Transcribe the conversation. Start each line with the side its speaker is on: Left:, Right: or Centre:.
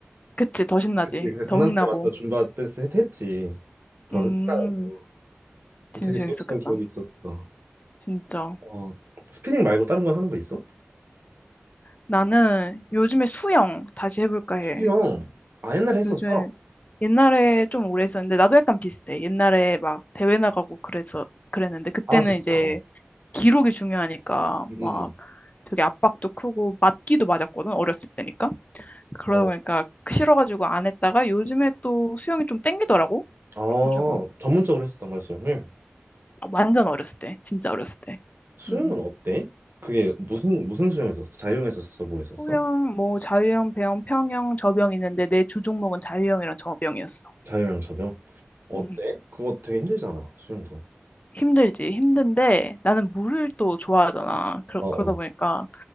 Left: 그치, 더 신나지.
Right: 그래서 그냥 강남스타일
Left: 더 흥나고.
Right: 맞춰 줌바 댄스 했- 했지. 더
Left: 음,
Right: 신나가지고
Left: 진짜
Right: 되게 재밌었던
Left: 재밌었겠다.
Right: 기억이 있었어.
Left: 진짜.
Right: 어, 스피닝 말고 다른 건 하는 거 있어?
Left: 나는 요즘에 수영 다시 해볼까 해.
Right: 수영 아 옛날에 했었어.
Left: 요즘에 옛날에 좀 오래 했었는데, 나도 약간 비슷해. 옛날에 막 대회 나가고 그래서 그랬는데, 그때는
Right: 아 진짜?
Left: 이제
Right: 어.
Left: 기록이 중요하니까
Right: 응,
Left: 막
Right: 응, 응.
Left: 되게 압박도 크고 맞기도 맞았거든, 어렸을 때니까. 그러다
Right: 어,
Left: 보니까 싫어가지고 안 했다가 요즘에 또 수영이 좀 땡기더라고.
Right: 아
Left: 그래가지고
Right: 전문적으로 했었던 거야 수영을.
Left: 아, 완전 어렸을 때, 진짜 어렸을 때.
Right: 수영은
Left: 음.
Right: 어때? 그게 무슨 무슨 수영 했었어? 자유형 했었어? 뭐 했었어?
Left: 수영, 뭐 자유형, 배영, 평영, 저병 있는데 내 주 종목은 자유형이랑 저병이었어.
Right: 자유형 접영? 어때?
Left: 음.
Right: 그거 되게 힘들잖아 수영도.
Left: 힘들지, 힘든데 나는 물을 또 좋아하잖아. 그러,
Right: 어어.
Left: 그러다 보니까